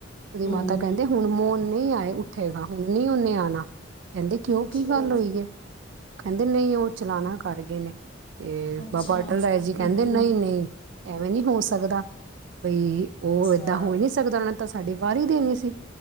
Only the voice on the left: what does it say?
ਹੂੰ
ਅੱਛਾ
ਅੱਛਾ
ਹੂੰ
ਅੱਛਾ